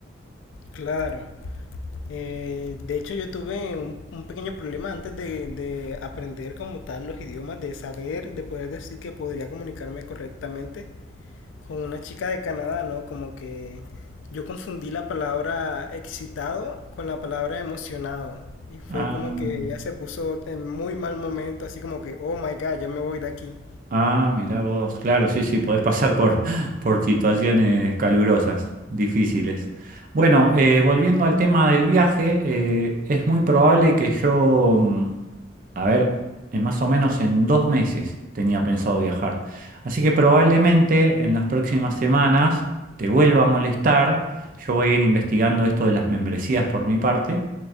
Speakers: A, on the left; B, on the right.
A: Claro. Eh, de hecho, yo tuve un, un pequeño problema antes de, de aprender como tal los idiomas, de saber, de poder decir que podría comunicarme correctamente con una chica de Canadá, ¿no? Como que yo confundí la palabra excitado con la palabra emocionado. Y fue
B: Ah.
A: como que ella se puso en muy mal momento, así como que, oh my god, ya me voy de aquí.
B: Ah, mirá vos, claro, sí, sí, podés pasar por, <laughs> por situaciones calurosas, difíciles. Bueno, eh, volviendo al tema del viaje, eh, es muy probable que yo, mm, a ver, en más o menos en dos meses tenía pensado viajar. Así que probablemente en las próximas semanas te vuelva a molestar. Yo voy a ir investigando esto de las membresías por mi parte